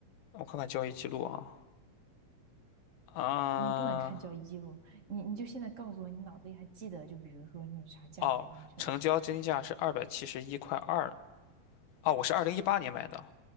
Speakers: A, on the left; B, on the right.
A: 我看看交易记录啊。啊、
B: 你不能看交易记录，你你就现在告诉我，你脑子里还记得，就比如说你啥价买进去的。
A: 哦，成交金价是二百七十一块二。哦，我是二零一八年买的，
B: 嗯